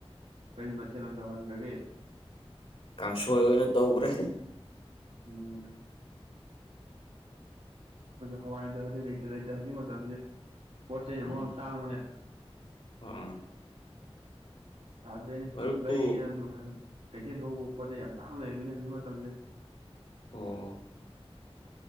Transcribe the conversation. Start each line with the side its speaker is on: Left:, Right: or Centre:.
Right: ꯀꯔꯤ ꯃꯊꯦꯜ ꯑꯣꯏꯅ ꯇꯧꯍꯟꯒꯒꯦ
Left: ꯀꯥꯡꯁꯣꯏ ꯑꯣꯏꯅ ꯇꯧꯒꯔꯦ
Right: ꯎꯝ ꯍꯋꯥꯏꯗꯣ ꯍꯥꯌꯗꯤ ꯂꯩꯇ ꯂꯩꯇ ꯍꯧꯖꯤꯛ ꯃꯇꯝꯖꯦ ꯄꯣꯠ ꯆꯩꯅ
Left: ꯎꯝ
Right: ꯃꯔꯣꯝ ꯇꯥꯡꯕꯅꯦ
Left: ꯑꯥ
Right: ꯌꯥꯗ꯭ꯔꯦꯅꯦ
Left: ꯃꯔꯨꯞꯄꯨ
Right: ꯂꯩꯒꯤꯅ ꯇꯨ ꯍꯥꯏꯕ ꯀꯩꯊꯦꯜ ꯊꯣꯛꯎꯕ ꯄꯣꯠꯆꯩ ꯌꯥꯝ ꯇꯥꯡ ꯂꯩꯔꯝꯃꯤꯅꯦ ꯍꯧꯖꯤꯛ ꯃꯇꯝꯖꯦ
Left: ꯑꯣ